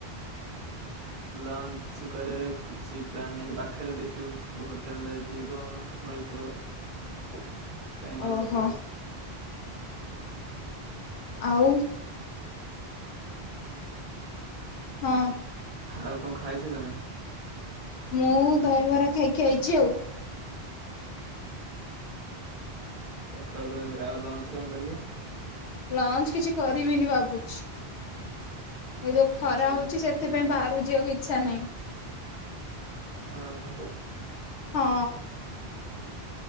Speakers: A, on the right; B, on the left.
A: ଲଞ୍ଚ କରିବାର କିଛି ପ୍ଲାନ ନାହିଁ ପାଖରେ ଦେଖିବୁ ହୋଟେଲରେ ଯଦି କଣ ମିଳୁଥିବ। ଯାଇ ଲଞ୍ଚ
B: ଓହୋ
A: କରିବୁ।
B: ଆଉ। ହଁ।
A: ଆଉ କଣ ଖାଇଛ ତମେ।
B: ମୁଁ ଦହିବରା ଖାଇକି ଆଇଚି ଆଉ।
A: ସଖାଳ ଦହିବରା ଆଉ ଲଞ୍ଚ କଣ କରିବ?
B: ଲଞ୍ଚ କିଛି କରିବିନି ଭାବୁଛି। ଏ ଯୋଉ ଖରା
A: ଆଚ୍ଛା
B: ହଉଚି ସେଥିପାଇଁ ବାହହାରକୁ ଯିବାକୁ ଇଚ୍ଛା ନାହିଁ।
A: ଅ ହୋ।
B: ହଁ।